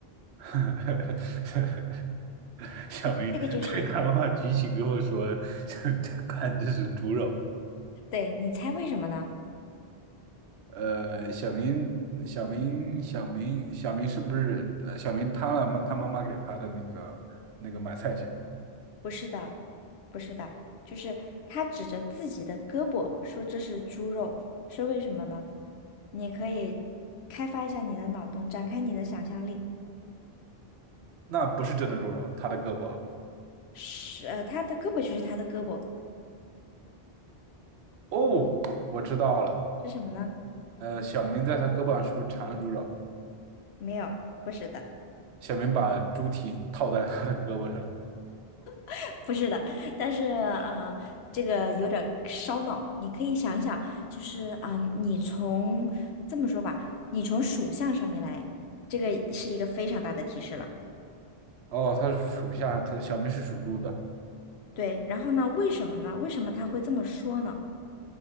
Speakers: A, on the right; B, on the left.
A: <laughs> 小明对他妈妈举起跟我说，
B: 这这个就是，
A: <laughs> 看这是猪肉。
B: 对，你猜为什么呢？
A: 呃，小明，小明，小明，小明是不是？呃小明贪了妈他妈妈给他的那个那个买菜钱。
B: 不是的，不是的，就是他指着自己的胳膊说这是猪肉，是为什么呢？你可以开发一下你的脑洞，展开你的想象力。
A: 那不是真的猪肉，他的胳膊。
B: 是，呃，他的胳膊就是他的胳膊，
A: 哦，我知道了。
B: 是什么呢？
A: 呃，小明在他胳膊上是不是缠了猪肉？
B: 没有，不是的，
A: 小明把猪蹄套在他的胳膊上。
B: <laughs> 不是的。但是，呃，这个有点烧脑，你可以想一想，就是，嗯，你从这么说吧，你从属相上面来，这个是一个非常大的提示了。
A: 哦，他是属相，他小明是属猪的。
B: 对，然后呢？为什么呢？为什么他会这么说呢？